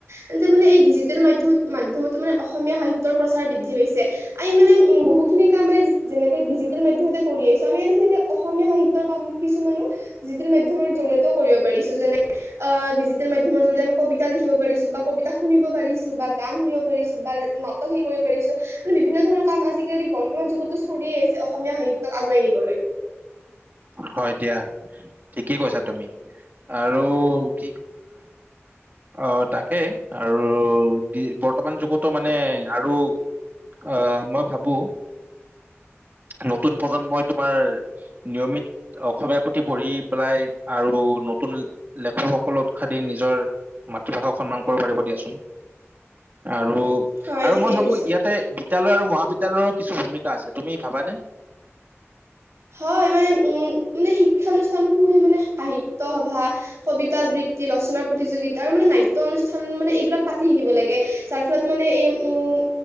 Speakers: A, on the right; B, on the right.
A: তেন্তে মানে এই ডিজিটেল মাধম, মাধ্যমতো মানে- অসমীয়া সাহিত্যৰ প্ৰচাৰ বৃদ্ধি পাইছে, এই মানে উম বহুখিনি কাম মানে, যেনেকৈ ডিজিটেল মাধ্যমতে- কৰি আহিছো, আমি মানে সেনেকে অসমীয়া সাহিত্যৰ কাম কিছুমানো ডিজিটেল মাধ্যমৰ জৰিয়ত- কৰিব পাৰিছো। যেনে অঁ, ডিজিটেল মাধ্যমৰ জৰিয়তে আমি কবিতা লিখিব পাৰিছো বা কবিতা শুনিব পাৰিছোঁ। বা গান শুনিব পাৰিছো বা নাটক শিকিব কৰিব পাৰিছোঁ। মানে বিভিন্ন ধৰনৰ কাম আজিকালি বৰ্তমান যুগতো চলি আহিছে, অসমীয়া সাহিত্যক আগুৱাই নিবলৈ।
B: হয় দিয়া, ঠিকেই কৈছা তুমি আৰু কি- অঁ, তাকেই আৰু বৰ্তমান যুগতো মানে আৰু- অঁ, মই ভাবো নতুন প্ৰজন্মই তোমাৰ নিয়মিত- অসমীয়াৰ প্ৰতি পঢ়ি পেলাই আৰু নতুন লেখকসকল উৎসাহ দি নিজৰ- মাতৃভাষাক সন্মান কৰিব পাৰিব দিয়াচোন আৰু-
A: হয়
B: আৰু
A: ঠিকেই
B: মই ভাবো
A: কৈছা।
B: ইয়াতে বিদ্যালয় আৰু মহাবিদ্যালয়ৰো কিছু ভূমিকা আছে, তুমি ভাবানে?
A: হয়, মানে উম, মানে শিক্ষানুষ্ঠানসমূহে মানে সাহিত্য সভা- কবিতা আবৃত্তি, ৰচনাৰ প্ৰতিযোগিতা আৰু মানে নাট্যৰ অনুষ্ঠান মানে এইবিলাক পাতি আহিব লাগে। যাৰ ফলত মানে এই উম,